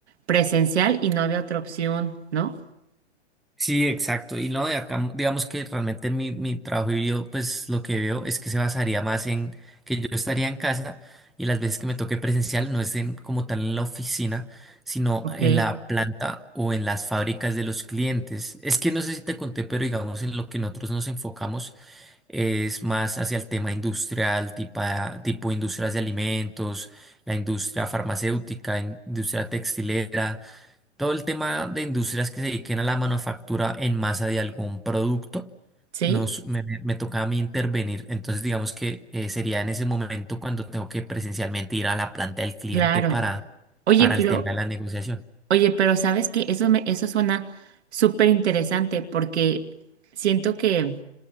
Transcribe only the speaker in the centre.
Sí, exacto. Y no, de acá, digamos que realmente mi, mi trabajo híbrido, pues lo que veo es que se basaría más en que yo estaría en casa y las veces que me toque presencial no es en- como tal en la oficina, sino
en la planta o en las fábricas de los clientes. Es que no sé si te conté, pero digamos en lo que nosotros nos enfocamos. es más hacia el tema industrial, tipo, tipo industrias de alimentos, la industria farmacéutica, industria textilera, todo el tema de industrias que se dediquen a la manufactura en masa de algún producto.
Nos, me, me- me toca a mí intervenir, entonces digamos que eh, sería en ese momento cuando tengo que presencialmente ir a la planta del cliente
para,
para
el tema de la negociación.